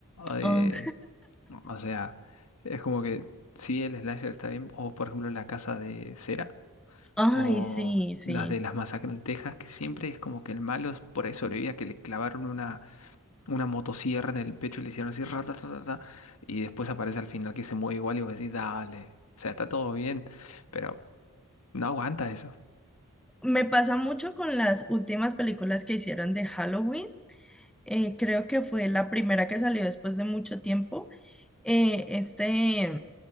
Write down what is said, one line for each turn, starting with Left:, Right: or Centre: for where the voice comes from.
Left: Eh,
Centre: Oh,
Left: o sea, es como que sí el slasher está bien, o por ejemplo la casa de cera,
Centre: ay,
Left: o
Centre: sí, sí.
Left: las de las masacres en Texas, que siempre es como que el malo por ahí sobrevivía, que le clavaron una una motosierra en el pecho y le hicieron así, rata y después aparece al final que se mueve igual y vos decís, dale, o sea, está todo bien, pero no aguanta eso.
Centre: Me pasa mucho con las últimas películas que hicieron de Halloween. Eh, creo que fue la primera que salió después de mucho tiempo. Eh, este,